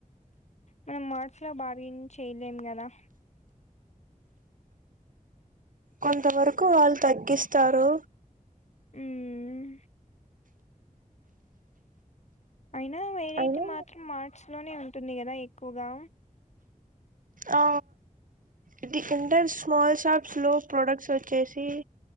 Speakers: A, on the left; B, on the right.
A: మనం మార్ట్స్ లో బాగాం చేయలేం కదా
B: కొంత వరకు వాళ్ తగ్గిస్తారు
A: ఉమ్ అయినా వెరైటీ
B: అయినా
A: మాత్రం మార్ట్స్ లోనే ఉంటుంది కదా ఎక్కువగా
B: ఆ ఇది ఎంటర్ స్మాల్ షాప్స్లో ప్రోడక్ట్స్ వచ్చేసి